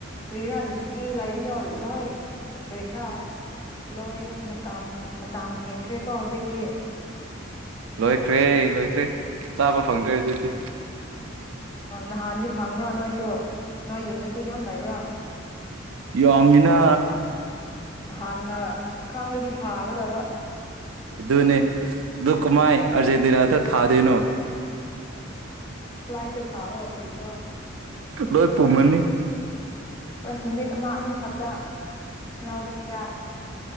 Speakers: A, on the left; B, on the right.
A: ꯀꯔꯤꯔꯥ ꯂꯤꯆꯤ ꯂꯩꯕꯗꯣ ꯂꯣꯏ ꯀꯔꯤꯔꯥ ꯂꯣꯏ ꯃꯇ ꯃꯇꯝ ꯍꯦꯟꯈ꯭ꯔꯦꯀꯣ ꯍꯧꯖꯤꯛꯇꯤ
B: ꯂꯣꯏꯈ꯭ꯔꯦ ꯂꯣꯏꯈ꯭ꯔꯦ ꯆꯥꯕ ꯐꯪꯗ꯭ꯔꯦ ꯍꯧꯖꯤꯛꯇꯛꯇꯤ
A: ꯅꯍꯥꯟꯗꯤ ꯐꯪꯕ꯭ꯔꯥ ꯅꯣꯏꯁꯨ ꯑꯣ ꯅꯣꯏ ꯌꯨꯝꯗꯁꯨ ꯌꯥꯝ ꯂꯩꯕ꯭ꯔꯥ
B: ꯏꯣ ꯑꯃꯃꯤꯅꯥ
A: ꯍꯥꯟꯅ ꯈꯪꯗꯗꯤ ꯐꯥꯒꯗꯕ
B: ꯑꯗꯨꯗꯨꯅꯤ ꯗꯨ ꯀ ꯃꯥꯥꯏ ꯑꯔꯖꯦꯟꯇꯤꯅꯥ ꯇ ꯊꯥꯗꯅꯣ
A: ꯐ꯭ꯂꯥꯏꯏꯛꯗ ꯊꯥ ꯀꯕꯤꯔꯣ
B: ꯂꯣꯏ ꯄꯨꯝꯃꯅꯤ
A: ꯑꯁ ꯅꯨꯃꯤꯠ ꯑꯃ ꯑꯅꯤ ꯈꯛꯇ ꯂꯧꯕꯅꯤꯗ